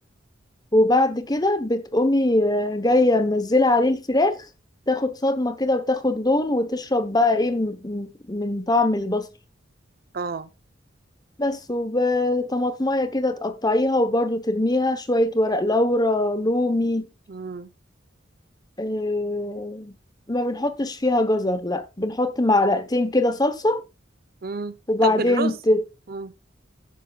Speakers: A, on the left; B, on the right.
A: وبعد كده بتقومي آه، جاية منزلة عليه الفراخ تاخد صدمة كده وتاخد لون وتشرب بقى ايه م- م- من طعم البصل
B: اه
A: بس وطماطمية كده تقطعيها وبرضو ترميها شوية ورق لورا لومي
B: امم
A: آه، ما بنحطش فيها جزر لا بنحط معلقتين كده صلصة
B: امم
A: وبعدين
B: طب الرز
A: ت...
B: امم